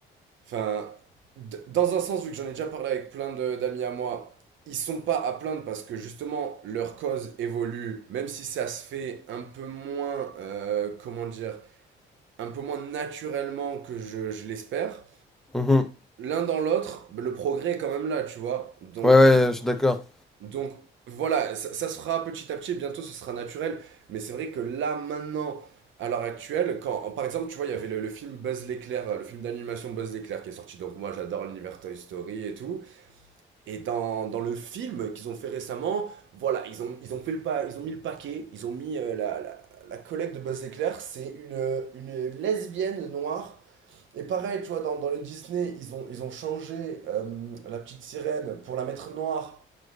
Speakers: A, on the right (about 75°); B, in the centre.
A: Enfin, d- dans un sens, vu que j'en ai déjà parlé avec plein de- d'amis à moi, ils sont pas à plaindre parce que justement leur cause évolue, même si ça se fait un peu moins, euh, comment dire, un peu moins naturellement que je, je l'espère.
B: mhm.
A: L'un dans l'autre, le progrès est quand même là, tu vois. Donc
B: Ouais, ouais, je suis d'accord.
A: donc voilà, ça, ça se fera petit à petit, et bientôt ce sera naturel. Mais c'est vrai que là, maintenant, à l'heure actuelle, quand, par exemple, tu vois, il y avait le, le film Buzz l'éclair, euh, le film d'animation Buzz l'éclair qui est sorti. Donc moi, j'adore l'univers Toy Story et tout. Et dans, dans le film qu'ils ont fait récemment, voilà, ils ont, ils ont fait le pas, ils ont mis le paquet, ils ont mis euh, la, la, la collègue de Buzz l'éclair, c'est une, une lesbienne noire. Et pareil, tu vois, dans, dans le Disney, ils ont, ils ont changé euh, la petite sirène pour la mettre noire